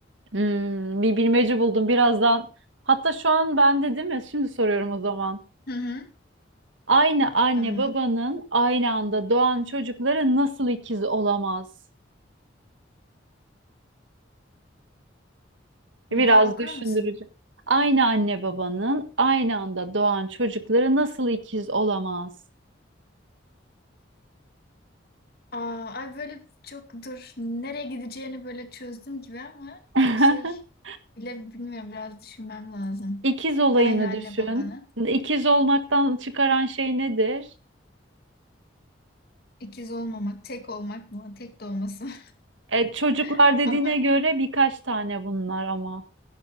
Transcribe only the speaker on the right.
Hmm, bir bilmece buldum birazdan. Hatta şu an bende değil mi? Şimdi soruyorum o zaman.
Aynı anne
babanın aynı anda doğan çocukları nasıl ikiz olamaz? Biraz
düşündürücü.
Aynı anne babanın aynı anda doğan çocukları nasıl ikiz olamaz?
<laughs>
İkiz olayını
düşün.
İkiz olmaktan çıkaran şey nedir?
E, çocuklar
dediğine
göre birkaç tane bunlar ama.